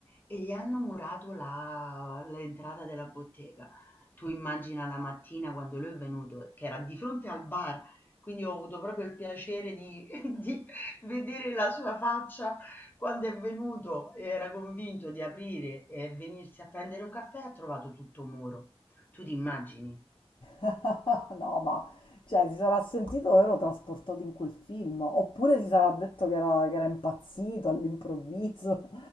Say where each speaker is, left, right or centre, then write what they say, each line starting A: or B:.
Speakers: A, on the left; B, on the left.
A: e gli hanno murato la l'entrata della bottega. Tu immagina la mattina quando lui è venuto, che era di fronte al bar, quindi ho avuto proprio il piacere di <laughs> di vedere la sua faccia quando è venuto, era convinto di aprire e venirsi a prendere un caffè, ha trovato tutto muro. Tu ti immagini?
B: <laughs> No, ma cioè, si sarà sentito ero trasportato in quel film, oppure si sarà detto che era, che era impazzito all'improvviso.